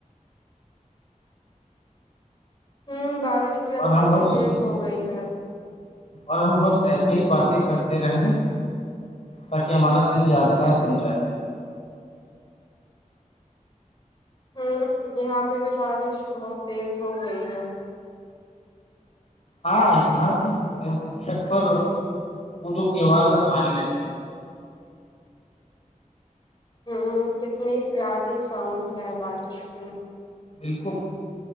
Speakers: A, on the left; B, on the left.
A: ہمم بارش بھی اب
B: اور
A: کافی
B: ہم بس
A: تیز ہو گئی ہے
B: اور ہم بس ایسے ہی باتیں کرتے رہے تاکی ہمارا دن یادگار بن جائے
A: ہمم یہاں پے بھی بارش بہت تیز ہو گئی ہے
B: ہاں یہاں بھی چھت پر بندوں کی کی آواز آنے لگی ہے
A: ہمم کتنی پیاری ساؤنڈ ہے بارش میں
B: بالکل